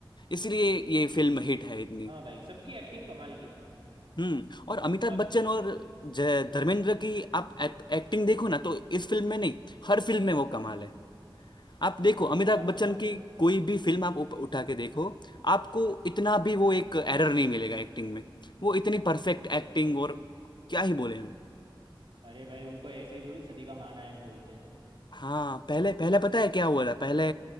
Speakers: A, on the left; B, on the right.
A: इसलिए ये फिल्म हिट है इतनी
B: हाँ भाई सबकी एक्टिंग कमाल की थी
A: हम्म और अमिताभ
B: सबकी
A: बच्चन और ज- धर्मेंद्र की आप एक्टिंग देखो ना तो इस फिल्म में नहीं हर फिल्म में वो कमाल है आप
B: हाँ
A: देखो
B: भाई
A: अमिताभ
B: वो बात
A: बच्चन
B: तो है
A: की कोई भी फिल्म आप उप- उठा के देखो आपको इतना भी वो एक एरर नहीं मिलेगा एक्टिंग में वो इतनी परफेक्ट एक्टिंग और क्या ही बोले हम
B: अरे भाई उनको ऐसे ही थोड़ी सदी का महानायक बोलते हैं
A: हाँ पहले पहले पता है क्या हुआ था पहले